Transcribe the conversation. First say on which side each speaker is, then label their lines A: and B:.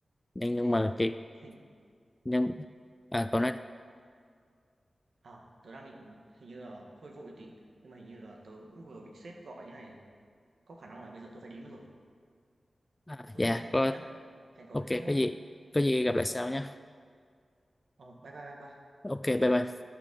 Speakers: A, on the left; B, on the right.
A: nhưng nhưng
B: thế
A: mà cái
B: hình
A: nhưng à, cậu nói
B: à tớ đang định hình như là hơi vội tí nhưng mà hình như là tớ cũng vừa bị sếp gọi như này có khả năng là bây giờ tớ phải đi mất rồi
A: à,
B: thế có
A: dạ
B: gì hẹn
A: có
B: cậu nhé hẹn cậu
A: ok
B: cái khác nhé
A: có gì có gì gặp lại sau nhé
B: ờ bye bye bye bye
A: ok bye bye